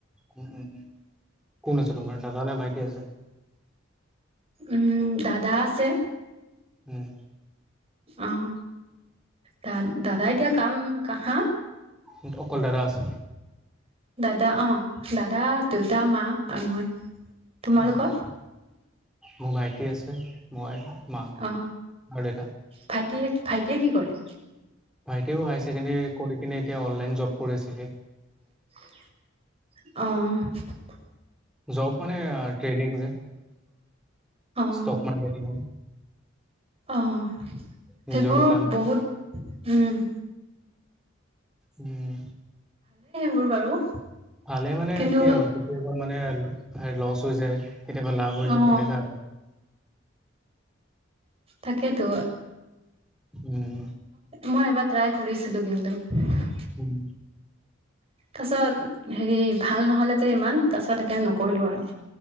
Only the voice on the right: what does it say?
উম, দাদা আছে।
আহ দা দাদা এতিয়া কাম কা হা
দাদা অ দাদা দেউতা মা আৰু মই। তোমালোকৰ
অ
ভাইটিয়ে ভাইটিয়ে কি কৰে।
অ'
অ
অ'
সেইবোৰত
বহুত উম।
মোৰ বাৰু।
কিন্তু
অ
তাকেইতো।
মই এবাৰ ট্ৰাই কৰিছিলো কিন্তু। তাৰ
পিছত হেৰি ভাল নহ'লে যে ইমান তাৰ পিছত একে নকৰিলো আৰু।